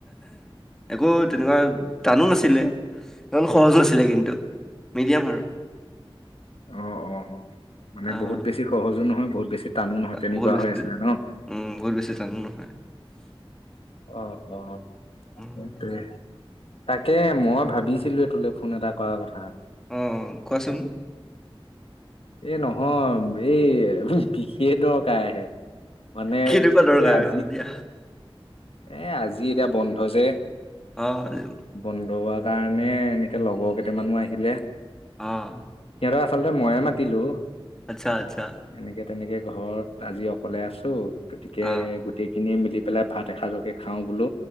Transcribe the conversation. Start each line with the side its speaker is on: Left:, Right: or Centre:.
Centre: একো তেনেকুৱা টানো নাছিলে। ইমান সহজ নাছিলে কিন্তু, মিডিয়াম আৰু।
Left: অ অ অ' মানে
Centre: অ'
Left: বহুত বেছি সহজো নহয়, বহুত বেছি- টানো নহয় তেনেকুৱা
Centre: বহুত বেছি,
Left: হৈ আছিলে ন?
Centre: উম' বহুত বেছি টানো নহয়।
Left: অ' অ'
Centre: উম,
Left: সেইটোৱে। তাকে মই ভাবিছিলোৱে টোলে ফোন এটা কৰা কথা।
Centre: অঁ অঁ কোৱাচোন?
Left: এই নহয় এই বিশেষ দৰব- কাই আহে, মানে
Centre: কেনেকুৱা দৰকাৰ
Left: এই আজি-
Centre: হ'ল এতিয়া
Left: এ আজি এতিয়া বন্ধ যে।
Centre: অঁ, হয়তো।
Left: বন্ধ হোৱা কাৰণে এনেকে লগৰ কেইটামানো আহিলে।
Centre: অঁ।
Left: সিহঁতক আচলতে ময়ে মাতিলো।
Centre: আৎচ্ছা আৎচ্ছা।
Left: এনেকে তেনেকে ঘৰত আজি অকলে আছো, গতিকে
Centre: অ',
Left: গোটেই খিনি মিলি পেলাই ভাত- এসাঁজকে খাওঁ বোলো,